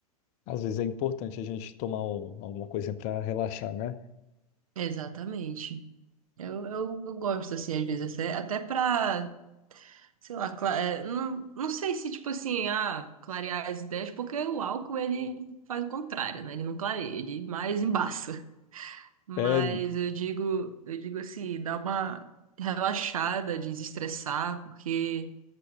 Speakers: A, on the left (about 40°); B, on the right (about 65°).
A: às vezes é importante a gente tomar um- alguma coisa para relaxar, né?
B: <laughs> Exatamente. Eu, eu, eu gosto, assim, às vezes, até, até pra, sei lá, cla- é, não, não sei se, tipo assim, ah, clarear as ideias, porque o álcool, ele faz o contrário, né? Ele não clareia, ele mais embaça. Mas
A: É,
B: eu digo, eu digo assim, dá uma relaxada, desestressar, porque,